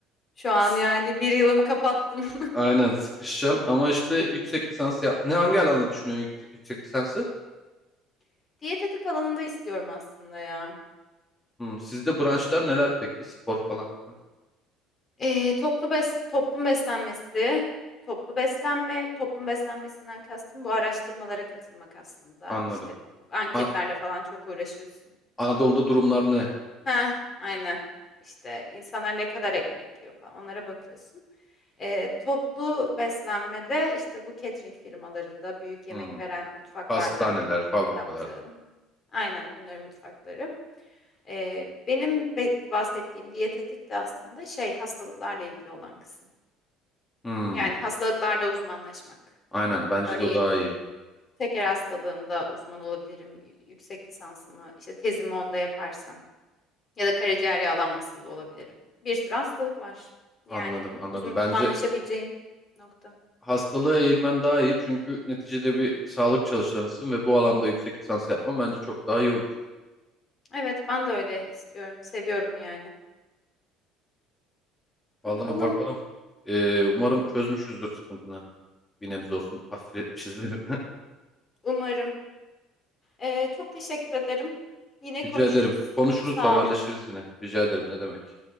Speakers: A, on the left; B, on the left.
A: Şu an
B: S-
A: yani bir yılımı kapattım.
B: Aynen sıkışacaksın ama işte yüksek lisans yap. Ne hangi alanda düşünüyorsun yük- yüksek lisansı?
A: <laughs> Diyetetik alanında istiyorum aslında ya.
B: Hmm, sizde branşlar neler peki? Spor falan. filan.
A: Ee, toplu bes toplum beslenmesi, toplu beslenme, toplum beslenmesinden kastım bu araştırmalara katılmak aslında.
B: Anladım.
A: İşte anketlerle
B: An-
A: falan çok uğraşıyorsun.
B: Anadolu'da durumlar ne?
A: Ha, aynen. İşte insanlar ne kadar ekmek yiyor falan onlara bakıyorsun. Ee, toplu beslenmede işte bu catering firmalarında büyük yemek
B: Hmm,
A: veren mutfaklarda
B: hastaneler, fabrikalar.
A: yaptığın. Aynen bunların mutfakları. Ee, benim be- bahsettiğim diyetetik de aslında şey hastalıklarla ilgili olan kısım.
B: Hmm,
A: Yani hastalıklarda uzmanlaşmak.
B: aynen bence
A: Örneğin
B: de o daha iyi.
A: şeker hastalığında uzman olabilirim. y- Yüksek lisansımı işte tezimi onda yaparsam. Ya da karaciğer yağlanmasında olabilirim. Bir sürü hastalık var. Yani
B: Anladım anladım.
A: uzmanlaşabileceğim
B: Bence
A: nokta.
B: hastalığa eğilmen daha iyi çünkü neticede bir sağlık çalışanısın ve bu alanda yüksek lisans yapman bence çok daha iyi olur.
A: Evet, ben de öyle istiyorum. Seviyorum yani.
B: Vallahi
A: Bakalım.
B: bakalım. Ee, umarım çözmüşüzdür sıkıntını. Bir nebze olsun hafifletmişizdir. <laughs>
A: Umarım. Ee, çok teşekkür ederim. Yine
B: Rica
A: konuşuruz.
B: ederim. Konuşuruz,
A: Sağ
B: haberleşiriz
A: ol.
B: yine. Rica ederim. Ne demek?